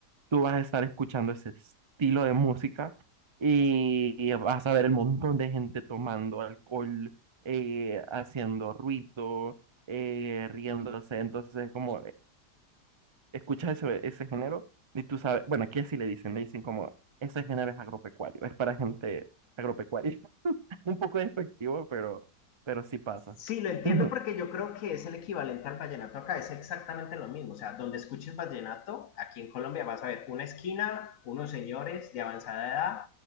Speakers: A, on the right; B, on the left.
A: tú vas a estar escuchando ese estilo de música y, vas a ver el montón de gente tomando alcohol, eh, haciendo ruido, eh, riéndose. Entonces, como eh, escuchas ese, ese género y tú sabes, bueno, aquí así le dicen, le dicen como, ese género es agropecuario, es para gente agropecuaria. <laughs> Un poco despectivo, pero, pero sí pasa.
B: Sí, lo entiendo
A: Ujú,
B: porque yo creo que es el equivalente al vallenato acá, es exactamente lo mismo. O sea, donde escuches vallenato, aquí en Colombia vas a ver una esquina, unos señores de avanzada edad,